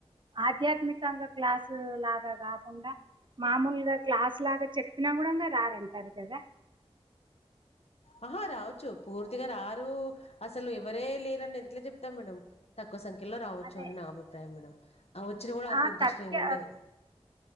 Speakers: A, on the right (about 45°); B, on the left (about 70°).
A: ఆధ్యాత్మికంగా క్లాస్ స్ లాగా కాకుండా మామూల్గా క్లాస్ లాగా చెప్పినా కూడాన్గా రారంటార్ కదా
B: ఆహా రావచ్చు పూర్తిగా రారు అసల్ ఎవరే లేరని ఎట్ల చెప్తాం మేడం తక్ క్కువ సంఖ్యలో రావచ్చు
A: అదే
B: అని నా అభిప్రాయం మేడం ఆ వచ్చిన కూడా అంత
A: ఆ
B: ఇంట్రెస్ట్
A: తక్య
B: ఏమి ఉండది